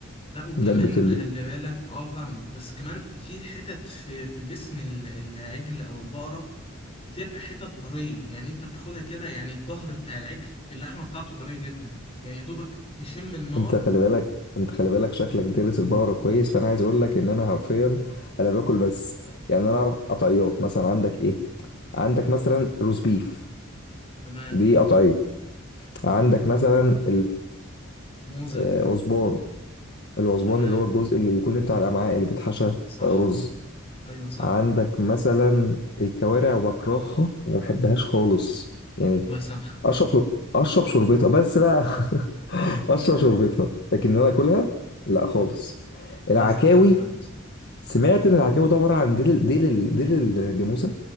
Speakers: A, on the left (about 30°); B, on the left (about 55°).
A: لا وكمان
B: ده البتلو
A: خلي بالك اه فاهمك بس كمان في حتت في في جسم ال- العجل او البقره بتبقى حتت طريه يعني انت بتاخدها كده يعني الظهر بتاع العجل اللحمه بتاعته طريه جدا يعني يا دوبك تشم النار
B: انت خلي بالك انت خلي بالك شكلك دارس البقره كويس فانا عايز اقول لك ان انا حرفيا انا باكل بس يعني انا اعرف قطعيات مثلا عندك ايه عندك مثلا روز بيف
A: تمام
B: دي قطعيه عندك مثلا
A: موزه
B: العصبان العصبان
A: تمام
B: اللي هو الجزء اللي بيكون بتاع الامعاء اللي بيتحشى آه،
A: صح
B: رز
A: ايوه صح
B: عندك مثلا الكوارع بكرهها وما بحبهاش خالص يعني
A: الله يسامحك
B: اشرب اشرب شوربتها بس بقى <laughs> اشرب شوربتها لكن إن انا اكلها لا خالص
A: الله
B: العكاوي
A: يسامحك بجد
B: سمعت ان العكاوي ده عباره عن ديل ديل ديل الجاموسه